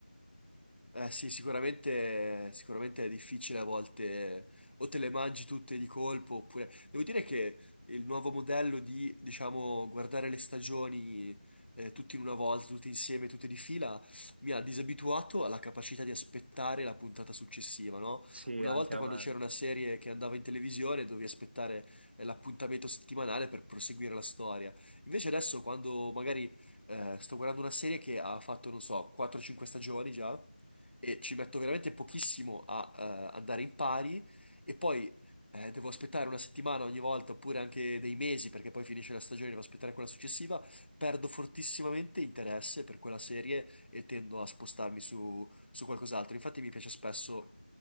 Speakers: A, on the left (about 85°); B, on the right (about 85°).
A: Eh sì, sicuramente, sicuramente è difficile a volte, o te le mangi tutte di colpo, oppure... Devo dire che il nuovo modello di, diciamo, guardare le stagioni eh, tutte in una volta, tutte insieme, tutte di fila, mi ha disabituato alla capacità di aspettare la puntata successiva, no?
B: Sì,
A: Una
B: anche
A: volta
B: a
A: quando
B: me.
A: c'era una serie che andava in televisione, dovevi aspettare eh, l'appuntamento settimanale per proseguire la storia. Invece adesso, quando magari eh, sto guardando una serie che ha fatto, non so, 4-5 stagioni già, e ci metto veramente pochissimo a eh, andare in pari e poi eh, devo aspettare una settimana ogni volta oppure anche dei mesi perché poi finisce la stagione e devo aspettare quella successiva, perdo fortissimamente interesse per quella serie e tendo a spostarmi su, su qualcos'altro. Infatti mi piace spesso